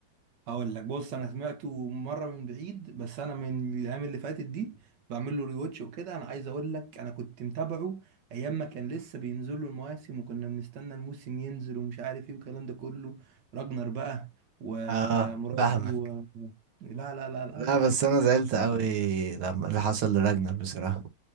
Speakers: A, on the right (about 65°); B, on the right (about 80°).
A: هقول لك بص انا سمعته مره من بعيد بس انا من الايام اللي فاتت دي بعمل له ريواتش وكده انا عايز اقول لك انا كنت متابعه ايام ما كان لسه بينزل له المواسم وكنا بنستنى الموسم ينزل ومش عارف ايه والكلام ده كله راجنر بقى ومراته
B: اه فاهمك
A: و... لا لا لا لا
B: لا بس انا زعلت قوي لما اللي حصل لراجنر بصراحة